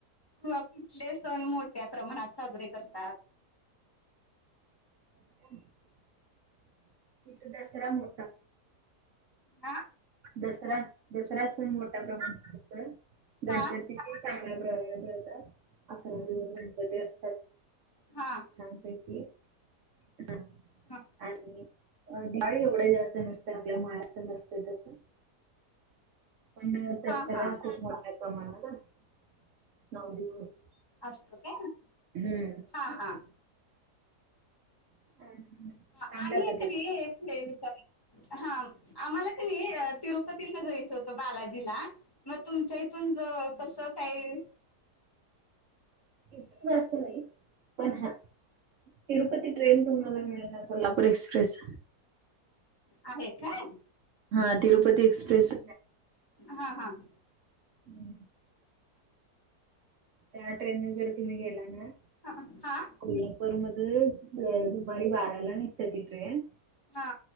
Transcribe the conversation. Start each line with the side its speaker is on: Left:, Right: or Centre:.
Left: किंवा कुठले सण मोठ्या प्रमाणात साजरे करतात?
Right: <inaudible> इथं दसरा मो
Left: आ?
Right: दसरा दसरा सण मोठ्या प्रमाणा <unintelligible> गणपतीचे
Left: हा
Right: चांगल्या प्रकारे करतात, ‌अकरा दिवस गणपती असतात.
Left: हां.
Right: सांगतो की हा.
Left: हा.
Right: आणि डाळी एवढंही जास्त नसतंय आपल्या <unintelligible> नसतंय तसं. पण दसऱ्या
Left: हा हा
Right: खूप मोठ्या प्रमाणात असत नऊ दिवस.
Left: असतंय काय?
Right: हम्म
Left: हा हा.
Right: <unintelligible>
Left: हा आणि हाय
Right: पद्धती
Left: क नाही <unintelligible> विचारी. हा आम्हाला का नाही तिरुपतीला जायचं होतं बालाजीला. म तुमच्या इथून जवळ कसं काय
Right: इथून असं नाही पण हा. तिरूपती ट्रेन तुम्हाला मिळणार कोल्हापूर एक्सप्रेस
Left: आहे का?
Right: हा तिरुपती एक्सप्रेस
Left: हां हां.
Right: हम्म. त्या ट्रेन ने जरी तुम्ही गेला ना
Left: ह हा.
Right: कोल्हापूर मधून अ दुपारी बाराला निघत्या ती ट्रेन.
Left: हा.